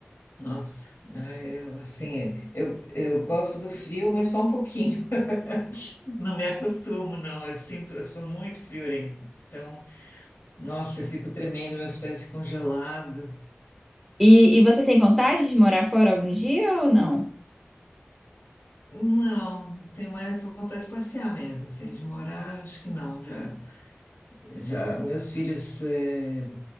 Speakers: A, on the left (about 75°); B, in the centre.
A: Nossa, é, eu, assim, eu, eu gosto do frio, mas só um pouquinho. <laughs> Não me acostumo, não. Eu sinto, eu sou muito friorenta. Então, nossa, eu fico tremendo, meus pés ficam gelados.
B: E, e você tem vontade de morar fora algum dia ou não?
A: Não, tenho mais vontade de passear mesmo, assim, de morar, acho que não. Já, já meus filhos eh,